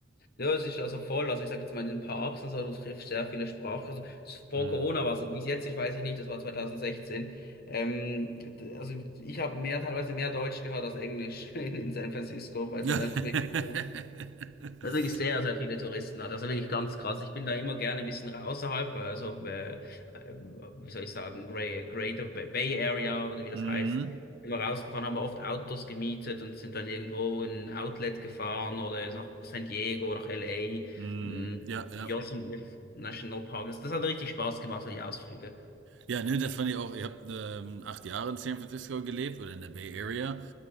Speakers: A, on the left; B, on the right.
A: Ja, es ist also voll. Also ich sage jetzt mal in den Parks und so, du triffst sehr viele Sprachen. Also s- vor
B: Hm.
A: Corona war es, wie es jetzt ist, weiß ich nicht, das war 2016. Ähm, d- also ich habe mehr, teilweise mehr Deutsch gehört als Englisch <laughs> in, in San Francisco, weil
B: <laughs>
A: es halt einfach wirklich so weil es wirklich sehr, sehr viele Touristen hat. Also wirklich ganz krass. Ich bin da immer gerne ein bisschen außerhalb, also äh, äh, wie soll ich sagen, Grey, Greater Ba- Bay Area oder wie das
B: mhm.
A: heißt. Bin mal rausgefahren, haben wir oft Autos gemietet und sind dann irgendwo in ein Outlet gefahren oder nach San Diego, nach LA,
B: Hm,
A: mh,
B: ja, ja.
A: Yosemite National Park. Das, das hat richtig Spaß gemacht, so die Ausflüge.
B: Ja, ne, das fand ich auch. Ich habe ähm, acht Jahre in San Francisco gelebt oder in der Bay Area.